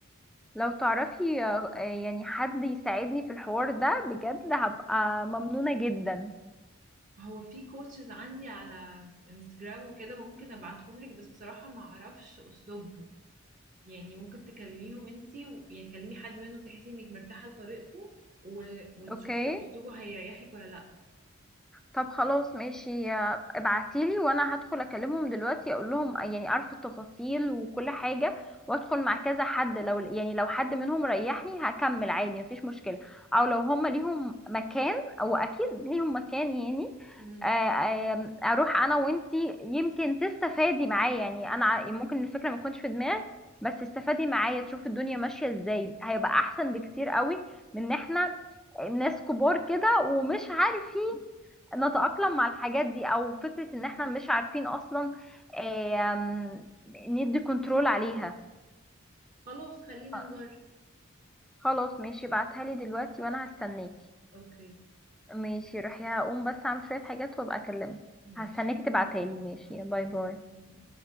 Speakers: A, in the centre; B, on the right.
A: لو تعرفي آه، آه، يعني حد يساعدني في الحوار ده بجد هبقى ممنونة جدا
B: هو في كوتشز عندي على انستجرام وكده ممكن ابعتهم لك بس بصراحة ما اعرفش اسلوبهم يعني ممكن تكلميهم انتي و... يعني تكلمي حد منهم تحسي انك مرتاحة لطريقته و... وتشوفي
A: اوكي
B: اسلوبه هيريحك ولا لا
A: طب خلاص ماشي آه، ابعتيلي وانا هدخل اكلمهم دلوقتي اقول لهم يعني عارفه التفاصيل وكل حاجه وادخل مع كذا حد لو يعني لو حد منهم ريحني هكمل عادي مفيش مشكله او لو هم ليهم مكان او اكيد ليهم مكان يعني
B: مم.
A: آه، آه، اروح انا وانتي يمكن تستفادي معايا يعني انا ع- ممكن الفكره ما تكونش في دماغك بس تستفادي معايا تشوف الدنيا ماشيه ازاي هيبقى احسن بكتير قوي من ان احنا آه، ناس كبار كده ومش عارفين نتأقلم مع الحاجات دي او فكرة ان احنا مش عارفين اصلا آم، ندي كنترول عليها
B: خلاص خلينا
A: آه،
B: نجرب
A: خلاص ماشي بعتها لي دلوقتي وانا هستناكي
B: اوكي
A: ماشي روحي هقوم بس اعمل شوية حاجات وابقى اكلمك
B: ماشي
A: هستناكي تبعتها لي ماشي
B: اوكي
A: باي باي
B: باي باي